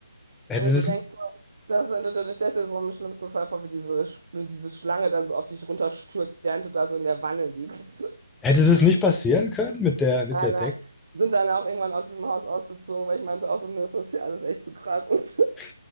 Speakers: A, in the centre; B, on the right.
A: Hätte
B: Und
A: es,
B: du denkst, so, das, du, du du stellst dir so im schlimmsten Fall vor, wie diese, Sch- diese Schlange dann so auf dich runterstürzt, während du da so in der Wanne liegst. <laughs>
A: hätte es nicht passieren können mit der, mit
B: Nein,
A: der Deck?
B: nein. Sind dann auch irgendwann aus diesem Haus ausgezogen, weil ich meinte auch so, mir ist das hier alles echt zu krass. <laughs> Und
A: <laughs>